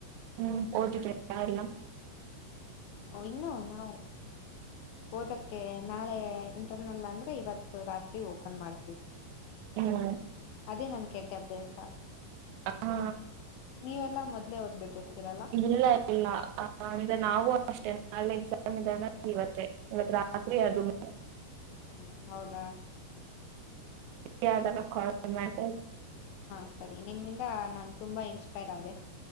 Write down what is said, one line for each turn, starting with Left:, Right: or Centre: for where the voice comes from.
Right: ಹ್ಮ್ ಓದಿದಿಯಪ್ಪಾ ಎಲ್ಲ
Left: ಓ ಇನ್ನು ನಾವು ಓದಕ್ಕೆ ನಾಳೆ ಇಂಟರ್ನಲ್ ಅಂದ್ರೆ ಇವತ್ತು ರಾತ್ರಿ ಓಪನ್ ಮಾಡ್ತೀವಿ
Right: ಹ್ಮ್
Left: ಅದೇ ನನ್ ಕೆಟ್ಟ ಅಭ್ಯಾಸ
Right: ಹಾ
Left: ನೀವೆಲ್ಲಾ ಮೊದ್ಲೇ ಓದ್ಬಿಟ್ಟಿರ್ತೀರಲ್ಲ
Right: ಇಲ್ಲ ಇಲ್ಲ ಅಂದ್ರೆ ನಾವು ಅಷ್ಟೇನೆ ನಾಳೆ ಎಕ್ಸಾಮ್ ಇದೆ ಅಂದ್ರೆ ಇವತ್ತೆ ಇವತ್ ರಾತ್ರಿ ಅದುನು
Left: ಹ್ಮ ಹೌದಾ
Right: ಯಾವದನ್ನ ಕಾಲ್ <unintelligible>
Left: ಹಾ ಸರಿ ನಿಮ್ಮಿಂದ ನಾನು ತುಂಬಾ ಇನ್ಸ್ಪೈರ್ ಆದದೆ